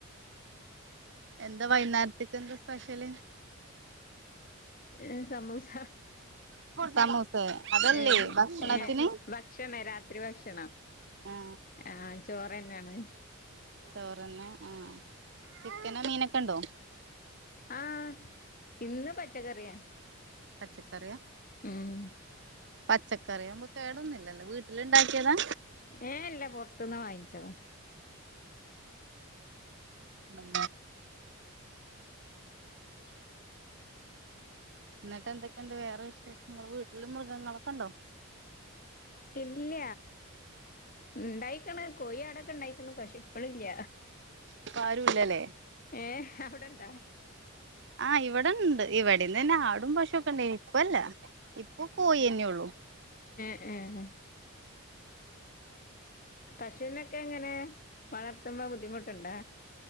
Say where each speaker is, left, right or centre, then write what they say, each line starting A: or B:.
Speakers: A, on the right (about 55°); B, on the left (about 40°).
A: എന്താ വൈകുന്നേത്തെക്ക് എന്താ സ്പെഷ്യല്
B: ഏ സമോസ
A: സമൂസേ അതല്ലേ
B: ഏ
A: ഭക്ഷണത്തിന്
B: ഏ ഭക്ഷണെ രാത്രി ഭക്ഷണം
A: ആ
B: ആഹ് ചോറന്നേണ്
A: ചോറിന്നെ ആഹ് ചിക്കനും മീനൊക്കെ ഇണ്ടോ
B: ആഹ് ഇന്ന് പച്ചക്കറിയാ
A: പച്ചക്കറിയാ
B: ഉം
A: പച്ചക്കറിയാവുമ്പോ കേടൊന്നില്ല ലൊ വീട്ടില് ഇണ്ടാക്കിയതാ
B: ഏഹ് ഇല്ല പൊറത്തുന്ന് വാങ്ങിച്ചത
A: ഉം എന്നിട്ട് എന്തൊക്കെണ്ട് വേറെ വിശേഷങ്ങള് വീട്ടില് മൃഗങ്ങളൊക്കെ ഉണ്ടോ
B: ഇല്ല ഉണ്ടായിക്കണ് കോഴി ആടൊക്കെ ഉണ്ടായിക്കണ് പക്ഷേ ഇപ്പഴില്ല
A: ഇപ്പാരുല്ലല്ലേ
B: ഏഹ് അവിടെ ണ്ടോ
A: ആഹ് ഇവിടെണ്ട് ഇവടിം തന്നെ ആ ടും പശു ഒക്കെണ്ടേനി. ഇപ്പല്ല ഇപ്പൊ കോയിന്നെ ഉള്ളു
B: ഏഹ് ഹെ മ് പശുനെ ഒക്കെ എങ്ങനെ വളർത്തുന്നത് ബുദ്ധിമുട്ടു ണ്ടോ